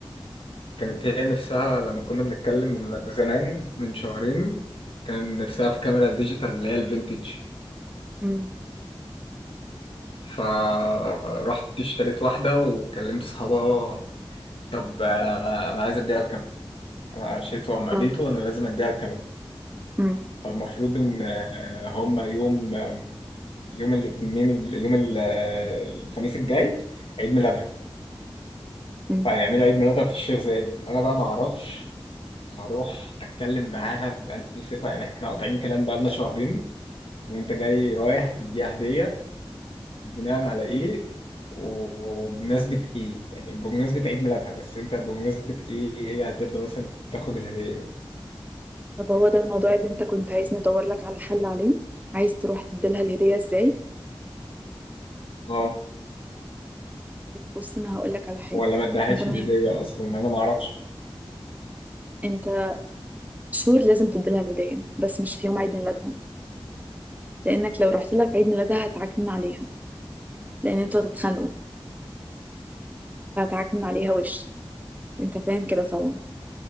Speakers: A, on the left; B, on the right.
A: كانت هي نفسها لما كنا بنتكلم من زمان من شهرين كان نفسها في كاميرا ديجيتال اللي هي الفينتج
B: م.
A: فرحت اشتريت واحدة وكلمت صحابها طب آه، أنا عايز أديها الكاميرا أنا عشيت وأم قابيته
B: آه.
A: وأنا لازم أديها الكاميرا
B: م.
A: فالمفروض إن آه، هما يوم آه، يوم الاثنين يوم ال- آه، الخميس الجاي عيد ميلادها
B: م.
A: فهيعملوا عيد ميلادها في الشيخ زايد أنا بقى معرفش هروح اتكلم معاها باني صفه يعني احنا قاطعين كلام بقالنا شهرين وانت جاي رايح تديها هدية بناء على ايه وبمناسبة ايه يعني بمناسبة عيد ميلادها بس انت بمناسبة ايه هي هترضى مثلا تاخد الهدية
B: طب هو ده الموضوع اللي انت كنت عايزني ادور لك على حل عليه عايز تروح تديلها الهديه ازاي
A: اه
B: بص انا هقول لك على حاجه
A: ولا ما ادهاش
B: انت ما
A: الهدية
B: ينفع-
A: اصلا انا ما اعرفش
B: انت شهور لازم تديلها الهديه بس مش في يوم عيد ميلادها لانك لو رحت لها في عيد ميلادها هتعكنن عليها لان انتوا هتتخانقوا فهتعكنن عليها وش انت فاهم كده طبعا